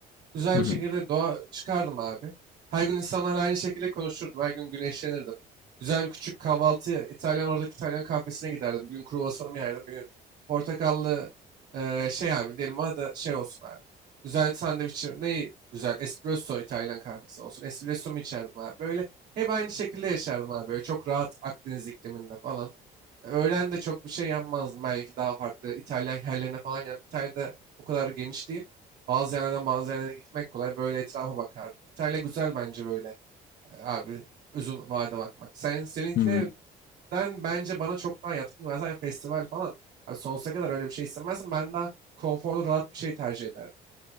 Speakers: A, on the right; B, on the left.
A: güzel
B: Hı
A: bir şekilde
B: hı.
A: doğa çıkardım abi. Her gün insanlarla aynı şekilde konuşurdum. Her gün güneşlenirdim. Güzel bir küçük kahvaltı İtalyan oradaki İtalyan kahvesine giderdim. Bir gün kruvasanımı yerdim. Bir gün portakallı eee, şey abi diyelim bana da şey olsun abi. Güzel sandviç ne güzel espresso İtalyan kahvesi olsun. Espresso mu içerdim abi. Böyle hep aynı şekilde yaşardım abi. Böyle çok rahat Akdeniz ikliminde falan. Öğlen de çok bir şey yapmazdım. Belki daha farklı İtalyan yerlerine falan giderdim. İtalya'da o kadar geniş değil. Bazı yerlerden bazı yerlere gitmek kolay. Böyle etrafa bakardım. İtalya güzel bence böyle. e, Abi uzun vade bakmak. Sen seninkine
B: Hı hı.
A: ben bence bana çok daha yatkın. Ben zaten festival falan. Abi sonsuza kadar öyle bir şey istemezdim. Ben daha konforlu rahat bir şey tercih ederdim.